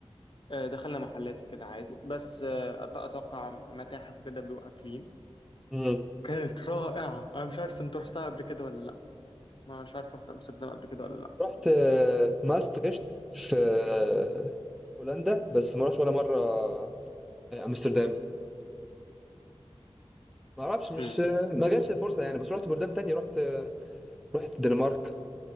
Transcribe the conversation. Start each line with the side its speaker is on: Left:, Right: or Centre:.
Left: آه، دخلنا محلات وكده عادي بس آه، أت- اتوقع متاحف وكده بيبقوا قافلين
Centre: امم
Left: كانت رائعة انا مش عارف انت رحتها قبل كده ولا لا مش عارف رحت امستردام قبل كده ولا لا
Centre: رحت آه، ماستريشت في آه، هولندا بس ما رحتش ولا مره آه، امستردام ما اعرفش مش
Left: مم.
Centre: آه، ما جاتش الفرصه يعني بس رحت بلدان تانية رحت آه، رحت الدنمارك